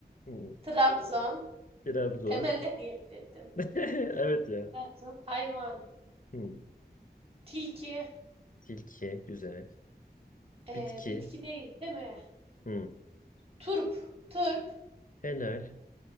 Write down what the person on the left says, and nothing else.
Hı.
Trabzon.
<laughs>
Evet ya.
Hı.
Tilki. Güzel.
Bitki.
Hı.
Helal.